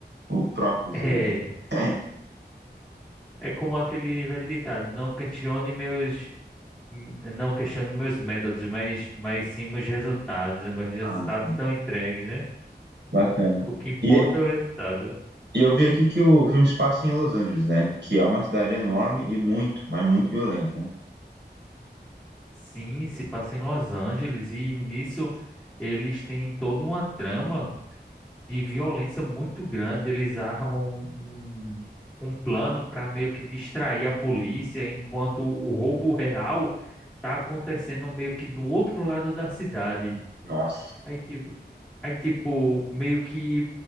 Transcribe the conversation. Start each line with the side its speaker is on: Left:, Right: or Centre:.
Right: o- próprios
Centre: é,
Right: aí, né? <laughs>
Centre: é como aquele velho ditado, não questione meus hum, não questiono meus métodos, mas, mas sim meus resultados. Os Meus resultados
Right: Ah, sabe.
Centre: estão entregues, né?
Right: Bacana.
Centre: O que importa
Right: E,
Centre: é o resultado.
Right: e eu vi aqui que o filme se passa em Los Angeles, né? Que é uma cidade enorme e muito, mas muito violenta, né?
Centre: Sim, se passa em Los Angeles e nisso eles têm toda uma trama de violência muito grande. Eles armam um, um um plano para meio que distrair a polícia, enquanto o roubo real está acontecendo meio que do outro lado da cidade.
Right: Nossa.
Centre: Aí, tipo, aí, tipo, meio que